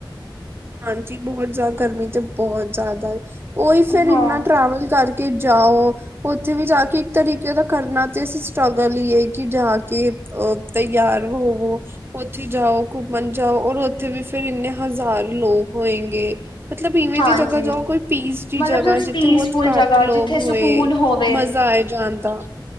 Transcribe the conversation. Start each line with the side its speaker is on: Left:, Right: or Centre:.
Right: ਹਾਂਜੀ ਬਹੁਤ ਜ਼ਿਆਦਾ ਗਰਮੀ ਚ ਬਹੁਤ ਜ਼ਿਆਦਾ ਉਹੀ ਫੇਰ
Left: ਹਾਂ
Right: ਇੰਨਾ ਟਰੈਵਲ ਕਰਕੇ ਕੇ ਜਾਓ ਉੱਥੇ ਵੀ ਜਾ ਕੇ ਇੱਕ ਤਰੀਕੇ ਦਾ ਕਰਨਾ ਤੇ ਅਸੀਂ ਸਟਰਗਲ ਹੀ ਏ ਕਿ ਜਾ ਕੇ ਅ ਤਯਾਰ ਹੋਵੋ ਉੱਥੇ ਜਾਓ ਘੁੰਮਣ ਜਾਓ ਔਰ ਉੱਥੇ ਵੀ ਫਿਰ ਇੰਨੇ ਹਜ਼ਾਰ ਲੋਕ ਹੋਏਗੇ ਮਤਲਬ ਇਵੇਂ
Left: ਹਾਂਜੀ
Right: ਦੀ ਜਗ੍ਹਾ ਜਾਓ ਕੋਈ ਪੀਸ ਜੀ
Left: ਮਤਲਬ
Right: ਜਗ੍ਹਾ
Left: ਤੁਸੀਂ
Right: ਜਿੱਥੇ
Left: ਪੀਸਫੁਲ
Right: ਬਹੁਤ ਘੱਟ
Left: ਜਗ੍ਹਾ
Right: ਲੋਕ
Left: ਜਿੱਥੇ
Right: ਹੋਏ
Left: ਸਕੂਨ ਹੋਵੇ
Right: ਮਜ਼ਾ ਆਏ ਜਾਂਣਦਾ